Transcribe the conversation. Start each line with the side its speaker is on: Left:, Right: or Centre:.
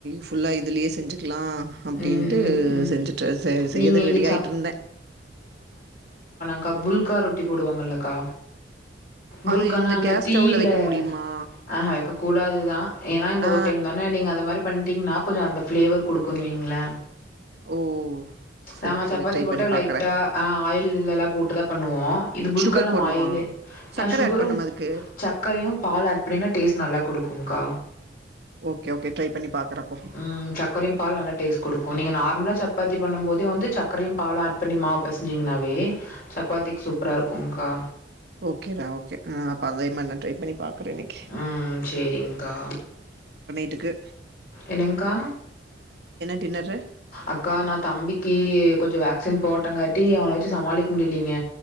Right: ஃபுல்லா இதுலயே செஞ்சுக் க்கலா அப்படின்ட்டு
Left: ம் ம் ம்
Right: செஞ்சுட்டு செய்யறதுக்கு
Left: நீங்க இது
Right: ரெடி
Left: சப்
Right: ஆயிட்டு இருந்த
Left: அக்கா புல்கா ரொட்டி போடுவாங்கலக்கா புல்கானா
Right: அது இந்த
Left: அந்த
Right: கேஸ்
Left: தீயில
Right: ஸ்டவ்ல வைக்க முடியுமா
Left: ஆஹ வைக்க கூடாதுதா ஏன்னா இந்த
Right: ஆ
Left: ஒரு டைம் தான நீங்க அத மாரி பண் டிங்னா கொஞ்ச அந்த ஃப்ளேவர் கொடுக்கிங்கள
Right: ஓ சரி
Left: நாம
Right: சரி
Left: சப்பாத்தி
Right: ட்ரை
Left: போட்ட
Right: பண்ணி
Left: லைட்டா
Right: பாக்குறே
Left: ஆ ஆயில்லல்ல போட்டுதா பண்ணுவோ இது புல்கல்ல
Right: சுகர்
Left: நம்ம
Right: போட்ணுமா
Left: ஆயில்
Right: சக்கர
Left: அ சுகரும்
Right: ஆட் பண்ணுமா அதுக்கு
Left: சக்கரையும் பால் ஆட் பண்ணினா டேஸ்ட் நல்லா குடுக்குங்கா
Right: ஓகே ஓகே ட்ரை பண்ணி பாக்குறே அப்போ
Left: ம் சக்கரையு பால் நல்லாட் டேஸ்ட் கொடுக்கு நீங்க நார்மலா சப்பாத்தி பண்ணும்போதே வந்து சக்கரையு பாலு ஆட் பண்ணி மாவு பசஞ்சிங்கனாவே சப்பாத்திக் சூப்பராருக்குங்கா
Right: ஓகே டா ஓகே நா அப்ப அதேமாரி நா ட்ரை பண்ணி பாக்குறே இன்னைக்
Left: ம் சேரிங்க்கா
Right: ட்டுக்கு
Left: என்னங்கக்கா
Right: டின்னரு
Left: அக்கா நா தம்பிக்கு கொஞ்ச வேக் சென் போட்டங்காட்டி அவன வச்சு சமாளிக்க முடியலீங்க